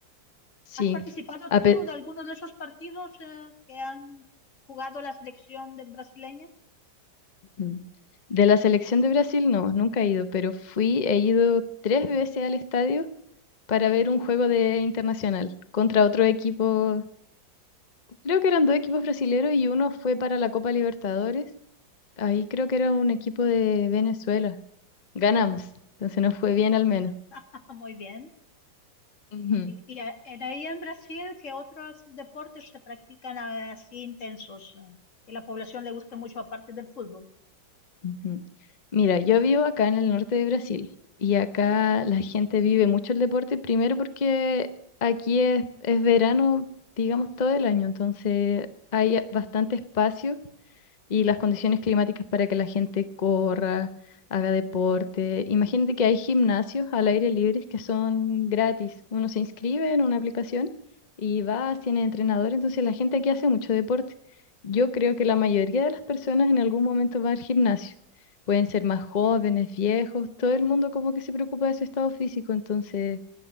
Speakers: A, on the left (about 75°); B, on the left (about 40°).
A: Sí.
B: ¿Has participado
A: A
B: tú
A: pe-
B: de alguno de esos partidos eh, que han jugado la selección de- brasileña?
A: Ujú. de la selección de Brasil, no, nunca he ido, pero fui, he ido tres veces al estadio para ver un juego de Internacional contra otro equipo. Creo que eran dos equipos brasileros y uno fue para la Copa Libertadores. Ahí creo que era un equipo de Venezuela. Ganamos, entonces nos fue bien al menos.
B: <laughs> Muy bien.
A: Ujú,
B: Y, y, eh, en ahí en Brasil, ¿qué otros deportes se practican eh, así intensos eh, que la población le gusta mucho aparte del fútbol?
A: ujú. Mira, yo vivo acá en el norte de Brasil y acá la gente vive mucho el deporte, primero porque aquí es, es verano, digamos, todo el año, entonces hay bastante espacio y las condiciones climáticas para que la gente corra, haga deporte. Imagínate que hay gimnasios al aire libre que son gratis. Uno se inscribe en una aplicación y va, tiene entrenador, entonces la gente aquí hace mucho deporte. Yo creo que la mayoría de las personas en algún momento va al gimnasio. Pueden ser más jóvenes, viejos, todo el mundo como que se preocupa de su estado físico, entonces